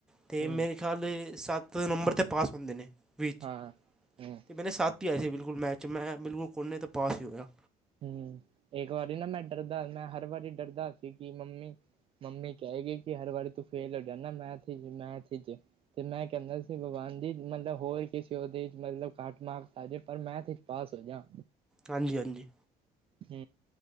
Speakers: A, in the centre; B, on the right (about 35°).
A: ਤੇ
B: ਹੂੰ,
A: ਮੇਰੇ ਖਿਆਲ ਸੱਤ ਨੰਬਰ ਤੇ ਪਾਸ ਹੁੰਦੇ ਨੇ ਵੀਹ 'ਚ
B: ਹਾਂ, ਹੂੰ,
A: ਤੇ ਮੇਰੇ ਸਤ। ਤੀ ਆਈ ਸੀ ਬਿਲਕੁਲ ਮੈਥ ਚ ਬਿਲਕੁਲ ਕੋਨੇ ਤੇ ਪਾਸ ਹੀ ਹੋਇਆ।
B: ਹੁ ਇੱਕ ਵਾਰੀ ਨਾ ਮੈਂ ਡਰਦਾ ਮੈਂ ਹਰ ਵਾਰੀ ਡਰਦਾ ਸੀ ਕਿ ਮੰਮੀ ਮੰਮੀ ਕਹਿਗੀ ਕਿ ਹਰ ਵਾਰੀ ਤੂੰ ਫੇਲ ਹੋ ਜਾਨਾ ਮੈਂਥ ਇਚ ਮੈਂਥ ਇਚ। ਤੇ ਮੈਂ ਕਹਿੰਦਾ ਸੀ ਭਗਵਾਨ ਜੀ ਮਲਬ ਹੋਰ ਕਿਸੇ ਅਹੁਦੇ 'ਚ ਮਤਲਬ ਘੱਟ ਮਾਰਕਸ ਆ ਜਾਏ ਪਰ ਮੈਂਥ ਇਚ ਪਾਸ ਹੋ ਜਾ
A: ਹਾਂਜੀ ਹਾਂਜੀ।
B: ਹੁ